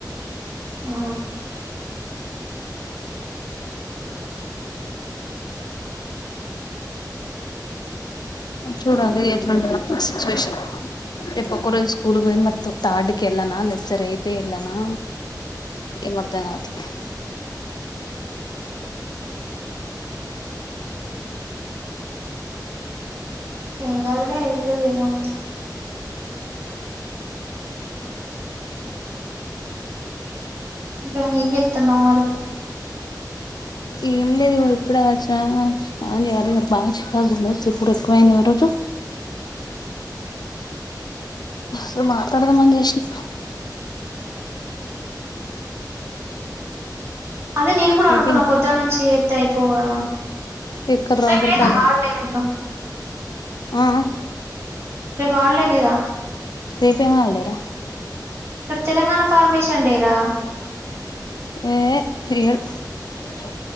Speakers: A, on the right (about 35°); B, on the left (about 70°).
A: ఆ
B: చూడాలి ఎట్లుంటదో సిచ్యువేషన్ రేపు ఒక్క రోజే స్కూల్ పోయి మొత్తం తాడ్ కెళ్ళనా లేకపోతే రేపేవెళ్ళనా ఏమర్ధం కావట్లా
A: ఏం కాదులే ఎల్లు ఏముంది ఇంకా ఏం చేస్తున్నావు మరి
B: ఏం లేదు ఇవాళ ఇప్పుడే వచ్చా స్నానం చేయాలి ఇవాళ బాగా చికాకు పుడుతుంది తిప్పుడు ఎక్కువయింది ఈ రోజు సో మాట్లాడదామని చేసిన
A: అదే నేను కూడా అనుకున్నా
B: ఇది
A: పొద్దున్న నుంచి చేత్తే అయిపోవు కదా
B: ఇక్కడ రాసలు
A: రేపు లేదా
B: కాదు
A: హాలిడే మీకు
B: ఆ
A: రేపు హాలిడే లేదా
B: రేపేమ్ హాలిడేరా
A: రేప్ తెలంగాణ ఫార్మేషన్ డే రా
B: ఏ ఇయడు ఏ